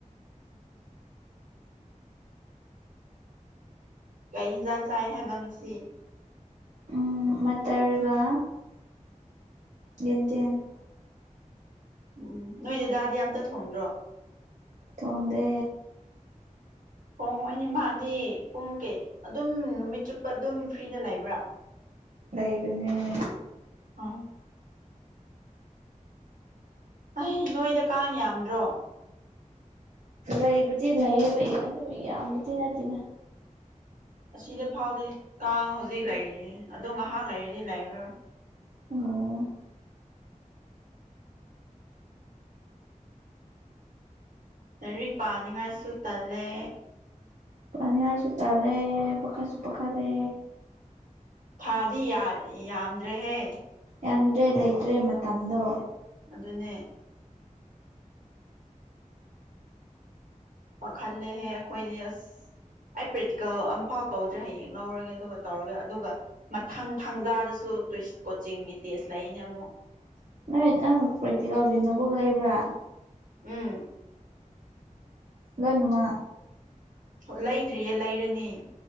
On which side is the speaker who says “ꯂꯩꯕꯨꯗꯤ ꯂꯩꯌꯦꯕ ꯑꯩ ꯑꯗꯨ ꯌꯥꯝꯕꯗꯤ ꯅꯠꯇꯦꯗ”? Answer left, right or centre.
Right